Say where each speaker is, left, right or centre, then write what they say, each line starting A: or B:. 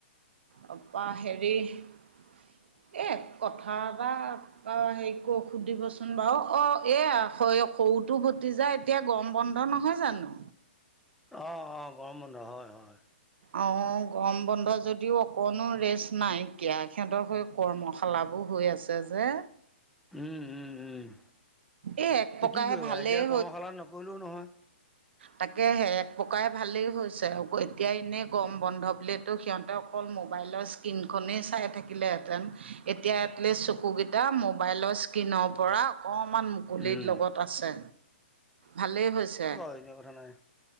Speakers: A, on the right; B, in the centre.
A: তাৰপা হেৰি এ কথা এটা অ', হেৰি কৰ সুধিবচোন বাৰু অ', এয়া হয় সৰুত তোৰ ভতিজা এতিয়া গৰম বন্ধ নহয় জানো?
B: অ', অ', গৰম বন্ধ হয়, হয়।
A: অ', গৰম বন্ধ যদিও অকনো ৰেষ্ট নাইকীয়া সিহঁতৰ হৈ কৰ্মশালাবোৰ হৈ আছে যে
B: উম, উম, উম,
A: এই এক
B: ত'
A: প্ৰকাৰে
B: কি কৰিবা
A: ভালেই
B: এতিয়া কৰ্মশালা নকৰিলেও নহয়।
A: তাকে হে এক প্ৰকাৰ ভালেই হৈছে আকৌ এতিয়া এনেই গৰম বন্ধ বুলিয়েতো সিহঁত তে অকল মোবাইলৰ স্ক্ৰীনখনহে চাই থাকিলহেঁতেন, এতিয়া এটলিষ্ট চকু কেই টা মোবাইলৰ স্কিনৰ পৰা অকণমান কুলিত
B: উম
A: লগত আছে, ভালেই হৈছে।
B: এইবিলাক কথা নাই।